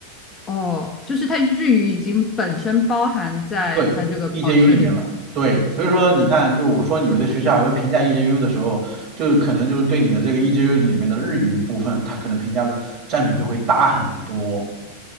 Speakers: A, on the left; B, on the right.
A: 哦，就是它日语已经本身包含在它这个考试里。
B: 对，EJU 里面了。对，所以说你看，就我说有的学校还会评价 EJU 的时候，就是可能就是对你的这个 EJU 里面的日语部分，它可能评价的占比就会大很多。